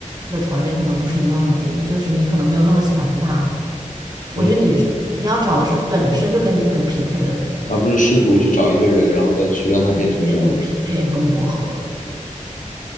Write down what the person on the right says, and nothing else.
他的条件可能不是你那么满意的，就是你可能没有那么喜欢他。我觉得你是你要找的是本身就跟你很匹配的人，
跟你匹配和磨合。